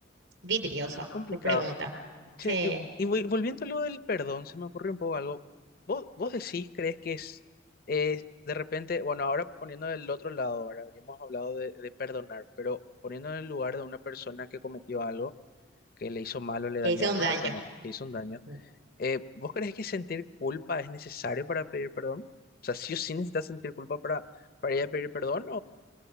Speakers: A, on the right (about 80°); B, on the left (about 50°).
A: vidrioso
B: complicado.
A: tu pregunta.
B: Che,
A: Sí,
B: y, y vol- volviendo a lo del perdón, se me ocurrió un poco algo. ¿Vos, vos decís, crees que es, es de repente, bueno, ahora poniendo del otro lado, ahora habíamos hablado de, de perdonar, pero poniendo en el lugar de una persona que cometió algo, que le hizo mal o le
A: que
B: dañó
A: hice
B: a otra
A: un daño.
B: persona, que hizo un daño,
A: Mm,
B: eh, ¿vos crees que sentir culpa es necesario para pedir perdón? O sea, ¿sí o sí necesitas sentir culpa para, para ir a pedir perdón